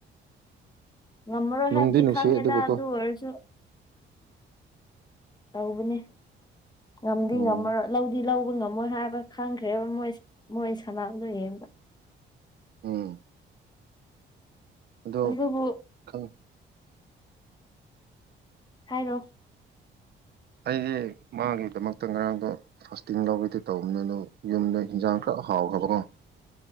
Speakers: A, on the left (about 20°); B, on the right (about 55°).
A: ꯉꯝꯃꯔꯣꯏ
B: ꯅꯨꯡꯗꯤ
A: ꯍꯥꯏꯕꯗꯤ
B: ꯅꯨꯡꯁꯤ
A: ꯈꯪꯉꯦꯗ
B: ꯑꯗꯨꯕꯨꯀꯣ
A: ꯑꯗꯨ ꯑꯣꯏꯔꯁꯨ ꯇꯧꯕꯅꯦ ꯉꯝꯗꯤ
B: ꯎꯝ
A: ꯉꯝꯃꯔꯣꯏ ꯂꯧꯗꯤ ꯂꯧꯕ ꯉ ꯃꯣꯏ ꯍꯥꯏꯕ ꯈꯪꯈ꯭ꯔꯦꯕ ꯃꯣꯏ ꯃꯣꯏ ꯁꯥꯅꯕꯗꫭ ꯌꯦꯡꯕ
B: ꯎꯝ ꯑꯗꯣ
A: ꯑꯗꯨꯕꯨ
B: ꯈꯪ
A: ꯍꯥꯏꯔꯣ
B: ꯑꯩꯁꯦ ꯃꯥꯒꯤꯗꯃꯛꯇ ꯉꯔꯥꯡꯗꯣ ꯐꯥꯁꯇꯤꯡ ꯂꯧꯒꯗꯤ ꯇꯧꯕꯅꯦ ꯑꯗꯣ ꯌꯨꯝꯗ ꯍꯤꯟꯖꯥꯡ ꯈꯔ ꯍꯥꯎ ꯈꯔꯕꯀꯣ